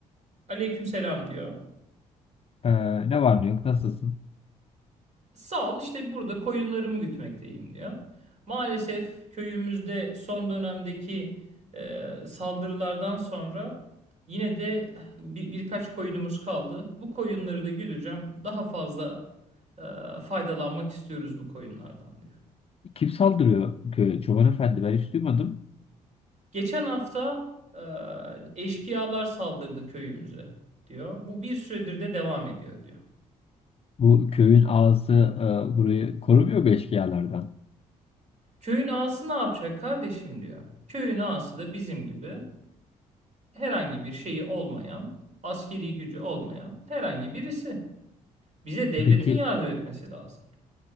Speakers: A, on the right; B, on the left.
A: Aleykümselam diyor.
B: Ee, ne var ne yok nasılsın?
A: Sağ ol işte burada koyunlarımı gütmekteyim diyor. Maalesef köyümüzde son dönemdeki e, saldırılardan sonra yine de bir, birkaç koyunumuz kaldı. Bu koyunları da güdeceğim. Daha fazla e, faydalanmak istiyoruz bu koyunlardan diyor.
B: Kim saldırıyor köye? Çoban efendi ben hiç duymadım.
A: Geçen hafta e, eşkıyalar saldırdı köyümüze diyor. Bu bir süredir de devam ediyor diyor.
B: Bu köyün ağası e, burayı korumuyor mu eşkıyalardan?
A: Köyün ağası ne yapacak kardeşim diyor. Köyün ağası da bizim gibi. herhangi bir şeyi olmayan, askeri gücü olmayan herhangi birisi. Bize devletin
B: Peki
A: yardım etmesi lazım.